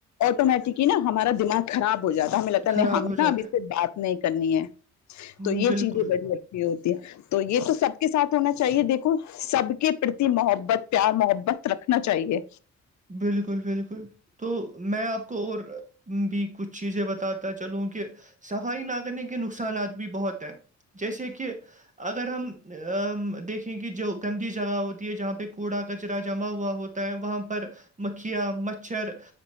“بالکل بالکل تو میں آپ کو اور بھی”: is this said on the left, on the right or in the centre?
Right